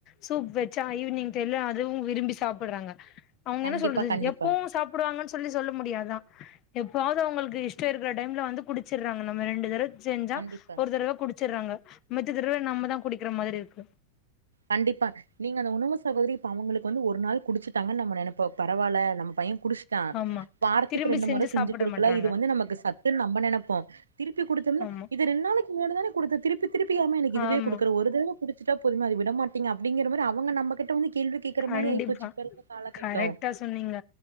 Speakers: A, on the left (about 35°); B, on the right (about 70°).
A: சூப் வச்சா ஈவினிங் டைம்ல அதுவு விரும்பி சாப்புடுறாங்க அவங்க
B: கண்டிப்பா,
A: என்ன சொல்றது இது
B: கண்டிப்பா,
A: எப்போவு சாப்புடுவாங்கன்னு சொல்லி சொல்ல முடியாது தா எப்பாவது அவங்களுக்கு இஷ்டம் இருக்கிற டைம்ல வந்து குடிச்சிறாங்க நம்ம ரெண்டு தடவ செஞ்சா
B: கண்டிப்பா.
A: ஒரு தடவ குடிச்சிறாங்க மெத்த தடவ நம்மதா குடிக்கிற மாரி இருக்கு
B: கண்டிப்பா நீங்க அந்த உணவு சகோதரி இப்ப அவங்களுக்கு வந்து ஒரு நாள் குடிச்சிட்டாங்க நம்ம நினைப்போவு பரவால்ல நம்ம பைய குடிச் டா
A: ஆமா
B: வாரத்துக்கு
A: திரும்பி
B: ரெண்டு
A: செஞ்சு
B: முறை செஞ்சி
A: சாப்பிட
B: குடுக்லா
A: மாட்றாங்க
B: இது வந்து நமக்கு சத்துன்னு நம்ம நனைப்போ திருப்பி குடுத்தோம்னா
A: ஆமா
B: இப் ரெண்டு நாளுக்கு முன்னாடிதான குடுத்த திருப்பி திருப்பி யம்மா எனக்கு இதுவே
A: ஆமா
B: குடுக்குற ஒரு தடவ குடிச்சிடா போதுமா விடமாட் டிங்க அப்டிங்கிற மாரி அவங்க நம்மகிட்ட வந்து கேள்வி கேட்கற
A: கண்டிப்பா
B: மாரி ஆயிபேச்சி இப்ப இருக்க கால காலகட்டோ
A: கரெக்டா சொன்னீங்க